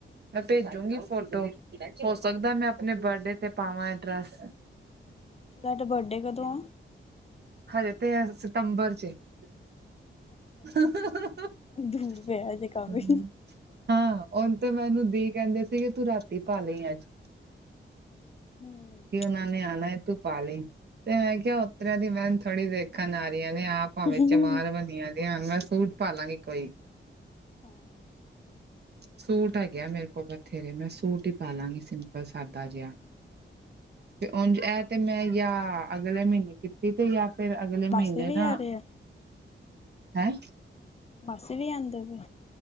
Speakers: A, on the right; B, on the left.
A: ਮੈਂ ਭੇਜੂਗੀ ਫੋਟੋ। ਹੋ ਸਕਦੈ ਮੈਂ ਅਪਨੇ ਬਰਡੇ ਤੇ ਪਾਵਾਂ ਐ ਡਰੈਸ।
B: ਕੱਦ ਬਰਡੇ ਕਦੋਂ ਐਂ?
A: ਹਜੇ ਤੇ ਸਤੰਬਰ ਚ ਏ। <inaudible>
B: ਅੱਛਾ ਅੱਛਾ ਦੂਰ ਪਿਆ ਹਜੇ ਕਾਫੀ
A: ਹਾਂ, ਓਨ ਤੇ ਮੈਨੂੰ ਦੀ ਕੈਂਦੇ ਸੀਗੇ, ਤੂੰ ਰਾਤੀ ਪਾ ਲਈ ਅੱਜ।
B: ਹੂੰ।
A: ਓਨਾਂ ਨੇ ਆਨੈ, ਤੂੰ ਪਾ ਲਈ, ਤੇ ਮੈਂ ਕੇਆ ਓਤਰੇਆਂ ਦੀ ਮੈਨ ਥੋੜੀ ਵੇਖਨ ਆ ਰੀਆਂ ਨੇ ਆਪ ਭਾਵੇਂ
B: ਹਾਂ
A: ਚਮਾਰ ਬਨੀਆਂ ਦੀਆਂ ਹੋਨ, ਮੈਂ ਸੂਟ ਪਾਲਾਂਗੀ ਕੋਈ।
B: ਹਮ।
A: ਸੂਟ ਹੈਗੇ ਮੇਰੇ ਕੋਲ ਬਥੇਰੇ, ਮੈਂ ਸੂਟ ਹੀ ਪਾਲਾਂਗੀ ਸਿੰਪਲ, ਸਾਦਾ ਜਿਆ। ਤੇ ਉਂਝ ਐ, ਤੇ ਮੈਂ ਯਾਂ ਅਗਲੇ ਮਹੀਨੇ ਤੇ ਇਹ ਤੇ ਜਾਂ ਫੇਰ ਅਗਲੇ ਮਹੀਨੇ
B: ਮਾਸੀ ਵੀ
A: ਨਾ
B: ਆ ਰਹੇ ਆ
A: ਹੈਂ?
B: ਮਾਸੀ ਵੀ ਆਉਂਦੇ ਪੇ?